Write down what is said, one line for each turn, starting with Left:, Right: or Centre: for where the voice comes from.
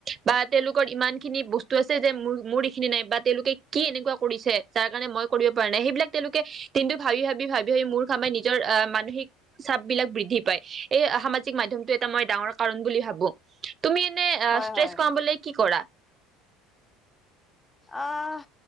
Right: বা তেওঁলোকৰ ইমান খিনি বস্তু আছে যে মোৰ মোৰ ইখিনি নাই বা তেওঁলোকে কি এনেকুৱা কৰিছে যাৰ কাৰণে মই কৰিব পৰা নাই। সেইবিলাক তেওঁলোকে দিনটো ভাবি ভাবি ভাবি ভাবি, মোৰ কামে নিজৰ আহ মানসিক চাপ বিলাক বৃদ্ধি পায়। এই সামাজিক মাধ্যমটো এটা মই ডাঙৰ কাৰণ বুলি ভাবো। তুমি এনে আ
Left: হয়
Right: ষ্ট্ৰেছ
Left: হয়
Right: কমাবলে কি কৰা?
Left: আহ,